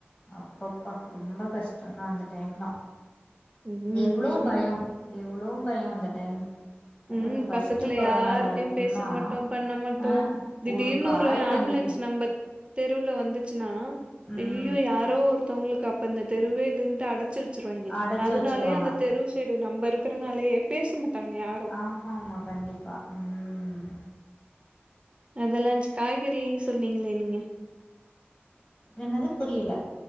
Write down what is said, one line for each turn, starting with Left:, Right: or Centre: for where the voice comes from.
Left: அப்பப்பா ரொம்ப கஷ்டோந்தா அந்த டைம்தா
Right: ம்
Left: எவ்வளோ
Right: ஆமாக்கா
Left: பயம் எவ்வளோ பயம் அந்த டைம் அதுவு
Right: உம்
Left: அந்த ஃபஸ்ட்டு
Right: பக்கத்துல
Left: கொரோனா
Right: யார்டயு
Left: லாக்டவுன்லா
Right: பேச மாட்டோ பண்ண மாட்டோ
Left: ஆ
Right: திடீர்ன்
Left: காய்
Right: ஒரு
Left: வாங்கிட்டு
Right: ஆம்புலன்ஸ் நம்மத் தெருல வந்துச்சுன்னா
Left: ம்
Right: ஐய்யய்யோ யாரோ ஒருத்தவுங்களுக்கு அப்ப இந்த தெருவே இதுன்ட்டு அடச்சு வச்சிரு வாங்கெ
Left: அடச்சு
Right: அதனாலயே
Left: வச்சிருவாங்க
Right: அந்த தெரு சைடு நம்ம இருக்கிறனாலேயே பேச மாட்டாங்க யாரு
Left: ஆம்மா ஆம்மா கண்டிப்பா ம்
Right: அதெல்லா காய்கறி சொன்னீங்களே நீங்க
Left: என்னது புரியில